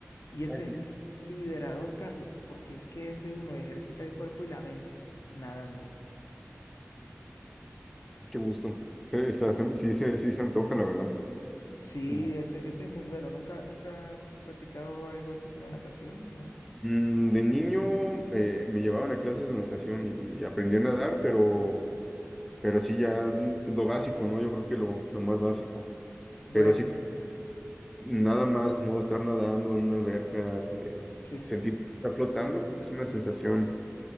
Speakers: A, on the left; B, in the centre.
A: Y ese
B: Ay, qué,
A: es li- liberador, Carlos, porque es que ese uno ejercita el cuerpo y la mente nadando.
B: qué gusto. Eh, está- sí, se sí se antoja, la verdad.
A: Sí,
B: Ujú.
A: ese, ese es muy bueno. ¿Nunca, nunca has practicado algo así como natación? No.
B: Mm, de niño eh, me llevaban a clases de natación y, y aprendí a nadar, pero, pero sí ya mm, pues, lo básico, ¿no? Yo creo que lo, lo más básico.
A: Bueno,
B: Pero sí, nada más, ¿no? Estar nadando en una alberca, eh,
A: sí, sí.
B: sentir que está flotando, creo que es una sensación